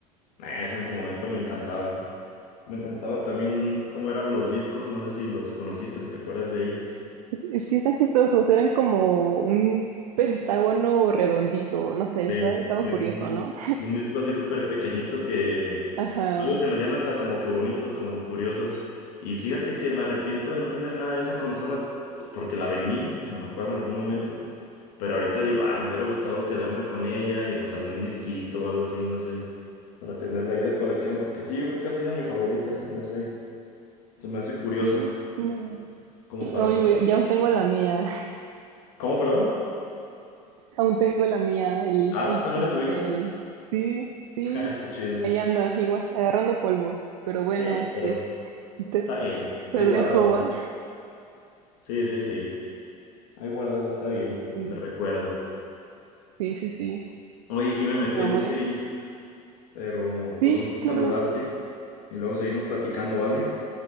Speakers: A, on the left; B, on the right.
A: Nah, ese en su momento me encantaba. Me encantaba también cómo eran los discos, no sé si los conociste, si te acuerdas de ellos.
B: Sí, sí están chistosos, eran como un pentágono redondito, no sé,
A: Sí,
B: está- estaba
A: y un,
B: curioso, ¿no?
A: y un disco así súper pequeñito que
B: Ajá,
A: luego se me hacían hasta como que bonitos, como curiosos. Y fíjate que me arrepiento de no tener nada de esa consola t- porque la vendí, eh, me acuerdo en algún momento. Pero ahorita digo, ah, me hubiera gustado quedarme con ella y pues algún disquito o algo así, no sé, para tenerla ahí de colección, porque sí, yo creo que ha sido mi favorita, se me hace, se me hace curiosa,
B: sí, no.
A: como
B: No,
A: para...
B: yo- yo aún tengo la mía, <laughs>
A: ¿Cómo, perdón?
B: aún tengo la mía, el,
A: Ah,
B: el
A: ¿tú también
B: PSP,
A: la tuviste?
B: el-
A: <laughs>
B: Sí, sí,
A: Ja, Qué chido.
B: ahí anda, igual, agarrando polvo, pero bueno,
A: Eh, pero
B: pues te,
A: está bien,
B: te
A: ahí
B: dejo,
A: guárdala.
B: ¿va?
A: Sí, sí, sí. Ahí guárdala, está bien,
B: Sí,
A: de recuerdo.
B: sí, sí, sí,
A: Oye, Jimé, me tengo
B: pero bueno,
A: que ir, pero
B: sí,
A: pues un gusto
B: claro,
A: saludarte y luego seguimos platicando, ¿vale?